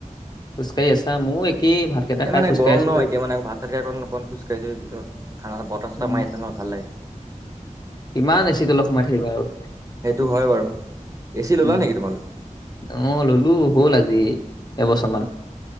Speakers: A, on the left (about 30°); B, on the right (about 25°).
A: খোজ কাঢ়ি আছা? মও একেই ভাতকেইটা
B: এই
A: খাই
B: মানে
A: খোজকাঢ়ি
B: গৰম
A: আছো
B: নহ এতিয়া, মানে ভাত চাত খাই অকণ খোজ কাহিছোঁ মানে যি ঠাণ্ডাাত বতাহ ছটা
A: উম,
B: মাৰিছে নই ভাল লাগে।
A: কিমান এচি তলত সোমাই থাকিবা আৰু।
B: সেইটো হয় বাৰু, এচি ল'লা
A: উম,
B: নেকি তোমালোকে?
A: অ', ললো হ'ল আজি এবছৰমান।